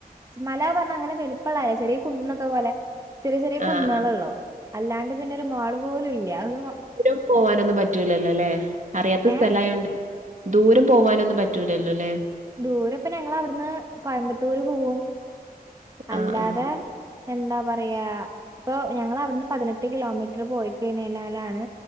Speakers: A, on the right; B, on the right.
A: മല പറഞ്ഞ അങ്ങനെ വെലുപ്പള്ളല്ലേ ചെറിയ കുന്നൊക്കെ പോലെ ചെറിയ ചെറിയ
B: ആ ആ
A: കുന്നുകളള്ളോ അല്ലാണ്ട് പിന്നെ ഒരു മാള് പോലും ഇല്ല ഒരു
B: ഒരും പോവാനൊന്നും പറ്റൂലല്ലോ അല്ലെ അറിയാത്ത
A: ഏഹ്
B: സ്ഥല ആയോണ്ട് ദൂരം പോവാനൊന്നും പറ്റൂലല്ലോല്ലേ
A: ദൂര ഇപ്പൊ ഞങ്ങ അവിടുന്ന് കോയമ്പത്തൂർ പോവും അല്ലാതെ
B: ആ ആ
A: എന്താ പറയാ ഇപ്പൊ ഞങ്ങ അവിടുന്ന് പതിനെട്ട് കിലോമീറ്റർ പോയി കഴഞ്ഞാലാണ്